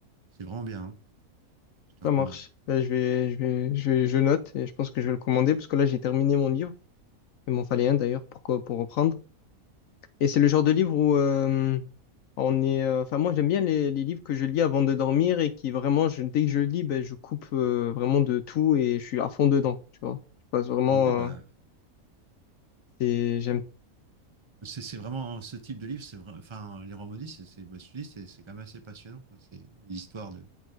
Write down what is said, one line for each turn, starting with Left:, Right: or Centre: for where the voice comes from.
Right: C'est vraiment bien. hein. Je te
Left: Ça
Right: recommande.
Left: marche. Là, je vais, je vais, je vais- je note, et je pense que je vais le commander, parce que là, j'ai terminé mon livre. Il m'en fallait un d'ailleurs pour, co- pour reprendre. Et c'est le genre de livre où euh, on est. euh, Enfin, moi, j'aime bien les, les livres que je lis avant de dormir et qui vraiment, je- dès que je lis, ben, je coupe euh, vraiment de tout et je suis à fond dedans. Tu vois, je passe vraiment.
Right: Oh oui, bah,
Left: euh, et j'aime.
Right: C'est c'est vraiment hein, ce type de livre, c'est vrai, enfin les rois maudits, c'est c'est bah, je te dis, c'est c'est quand même assez passionnant quoi. C'est des histoires de,